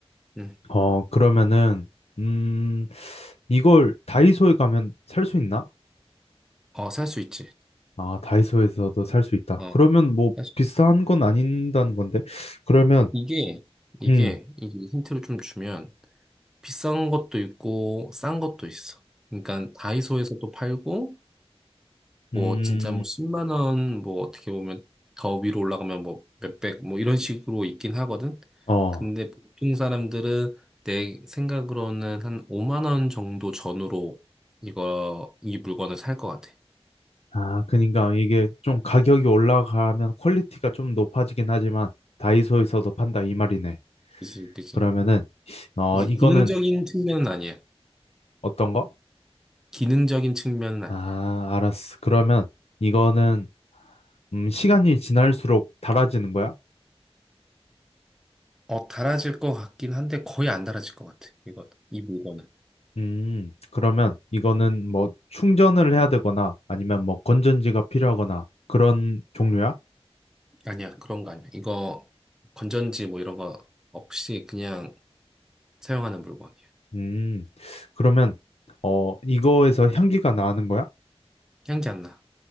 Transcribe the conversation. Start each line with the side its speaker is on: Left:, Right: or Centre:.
Centre: 응.
Left: 어, 그러면은 음, 이걸 다이소에 가면 살 수 있나?
Centre: 어, 살 수 있지.
Left: 아, 다이소에서도 살 수 있다.
Centre: 어,
Left: 그러면 뭐
Centre: 살 수
Left: 비싼
Centre: 있어.
Left: 건 아닌다는 건데. 그러면
Centre: 이게, 이게,
Left: 음,
Centre: 이게 힌트를 좀 주면 비싼 것도 있고, 싼 것도 있어. 그러니까 다이소에서도 팔고, 뭐
Left: 음,
Centre: 진짜 뭐 10만 원 뭐 어떻게 보면 더 위로 올라가면 뭐 몇백 뭐 이런 식으로 있긴 하거든.
Left: 어,
Centre: 근데 보통 사람들은 내 생각으로는 한 5만 원 정도 전후로 이거 이 물건을 살 것 같아.
Left: 아, 그러니까 이게 좀 가격이 올라가면 퀄리티가 좀 높아지긴 하지만 다이소에서도 판다 이 말이네.
Centre: 그치, 그치.
Left: 그러면은 어,
Centre: 이게
Left: 이거는
Centre: 기능적인 측면은 아니야.
Left: 어떤 거?
Centre: 기능적인 측면은 아니야.
Left: 아, 알았어. 그러면 이거는 음, 시간이 지날수록 닳아지는 거야?
Centre: 어, 달아질 것 같긴 한데 거의 안 달아질 것 같아. 이거 이 물건은.
Left: 음, 그러면 이거는 뭐 충전을 해야 되거나 아니면 뭐 건전지가 필요하거나 그런 종류야?
Centre: 아니야, 그런 거 아니야. 이거 건전지 뭐 이런 거 없이 그냥 사용하는 물건이야.
Left: 음, 그러면, 어, 이거에서 향기가 나는 거야?
Centre: 향기 안 나.